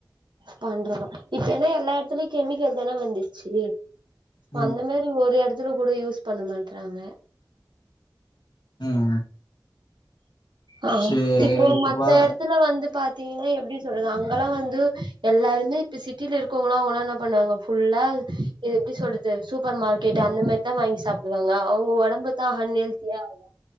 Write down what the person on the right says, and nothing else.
பண்றத இப்ப என்னா எல்லா இடத்துலயு கெமிக்கல் தான வந்துச்சு
அந்த மாரி ஒரு இடத்துல கூட யூஸ் பண்ண மாட்டறாங்க
ஆம்
இப்போ
மத்த
இடத்துல வந்து பா திங்கன்னா எப்டி சொல்றது அங்கல்லா வந்து எல்லாருமே இப்ப சிட்டில இருக்கவங்களா அவுங்கல்லா என்ன பண்ணுவாங்க ஃபுல்லா து எப்டி சொல்றது சூப்பர் மார்க்கெட் அந்த மாரிதா வாங்கி சாப்டுவாங்க அவங்க உடம்பு தா அன் ஹெல்த்தியா ஆகு